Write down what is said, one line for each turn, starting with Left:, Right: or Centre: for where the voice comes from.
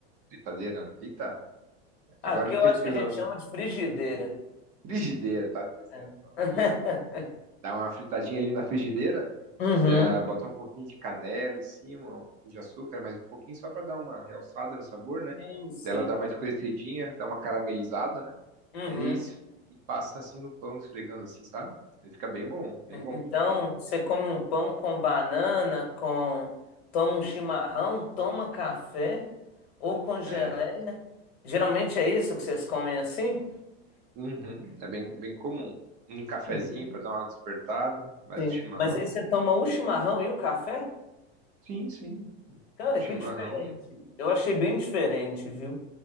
Right: fritadeira. Eita,
Left: Aqui
Right: agora eu
Left: eu
Right: esqueci
Left: acho que a
Right: o
Left: gente
Right: nome.
Left: chama de frigideira.
Right: Frigideira, tá esquecendo
Left: É.
Right: o nome.
Left: <laughs>
Right: Isso. é. Dá uma fritadinha ali na frigideira,
Left: Uhum.
Right: é, bota um pouquinho de canela em cima, um pouquinho de açúcar, mas um pouquinho só pra dar uma realçada no sabor, né?
Left: Sim, sim.
Right: Daí Ela dá uma escurecidinha, dá uma caramelizada, né?
Left: Uhum.
Right: E, daí es- e passa assim no pão, esfregando assim, sabe? Ele fica bem bom, bem bom.
Left: Então,
Right: Porque daí,
Left: você come um pão com banana, com... Toma um chimarrão, toma café ou com geleia.
Right: né,
Left: Geralmente é isso que vocês comem assim?
Right: Uhum, é bem, bem comum. Um cafezinho
Left: É que-
Right: para dar uma despertada, mais
Left: Sim.
Right: o chimarrão.
Left: Mas aí você toma o chimarrão e o café?
Right: Sim, sim.
Left: Cara,
Right: O chimarrão.
Left: que diferente. Eu achei bem diferente, viu?